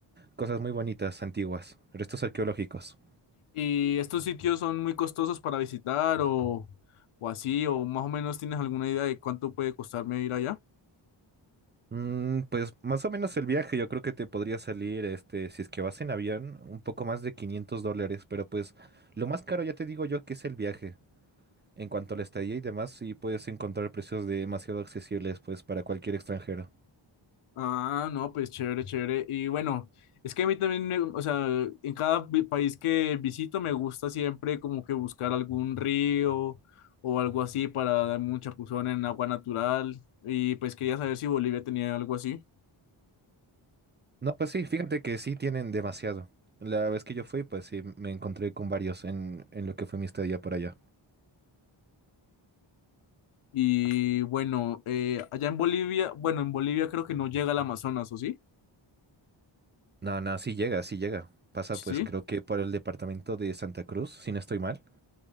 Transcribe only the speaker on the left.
¿Y estos sitios son muy costosos para visitar o, o así? ¿O más o menos tienes alguna idea de cuánto puede costarme ir allá?
Ah, no, pues chévere, chévere. Y bueno, es que a mí también, me- o sea, en cada vi- país que visito me gusta siempre como que buscar algún río o algo así para darme un chapuzón en agua natural. Y pues quería saber si Bolivia tenía algo así.
Y bueno, eh, allá en Bolivia, bueno, en Bolivia creo que no llega al Amazonas, ¿o sí?
Sí.